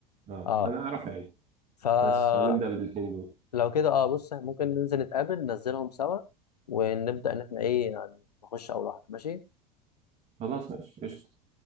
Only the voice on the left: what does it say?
اه
فلو
كده اه بص ممكن ننزل نتقابل ننزلهم سوا ونبدا ان احنا ايه يعني نخش اول واحده ماشي